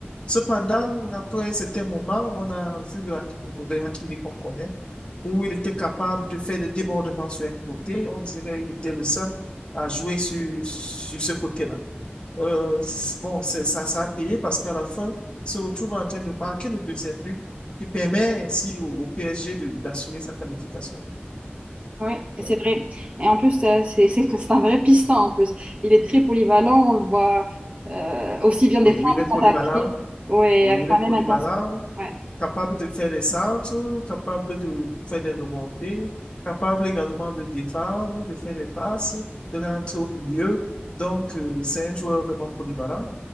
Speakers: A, on the left (about 25°); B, on the right (about 30°).
A: Cependant, après un certain moment, on a vu le Hakimi, le Hakimi qu'on connaît, où il était capable de faire des débordements sur un côté. On dirait qu'il était le seul à jouer sur, sur ce côté-là. Euh, c- bon, c'est- ça, ça a payé parce qu'à la fin, il se retrouve en train de marquer le deuxième but qui permet ainsi au, au PSG de- d'assurer sa qualification.
B: ouais,
A: Donc,
B: c'est vrai. Et en plus, euh, c'est c'est que c'est un vrai piston en plus. Il est très polyvalent, on le voit euh, aussi bien
A: oui,
B: défendre
A: oui, il est polyvalent.
B: qu'attaquer, ouais,
A: Oui,
B: avec
A: il
B: la
A: est polyvalent,
B: même intensité. Ouais.
A: capable de faire des centres, capable de faire des remontées, capable également de défendre, de faire des passes, de rentrer au milieu. Donc, euh, c'est un joueur vraiment polyvalent.